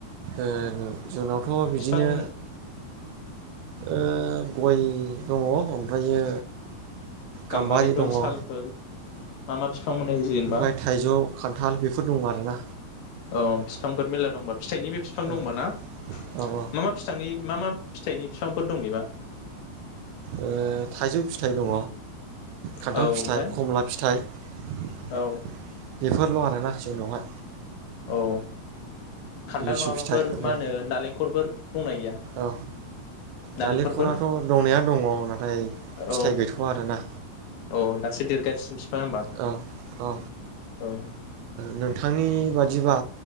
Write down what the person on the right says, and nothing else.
ओ जोंनाव थ' बिदिनो
ओ गय दङ ओमफ्रायो
गाम्बारि दङ
औ
ओमफाय थाइजौ खान्थाल बेफोर दङ आ <unintelligible>
औ
औ औ
ओ थाइजौ फिथाइ दङ खान्थाल
फिथाइ
खमला फिथाइ बेफोरल'
आरो ना जोंनावहा
लिसु
फिथाइ आरो
औ
नालेंखरालथ' दंनाया दंङ नाथाय
फिथाइ गैथ'वा आरोना
औ औ ओ
नों थां बादिबा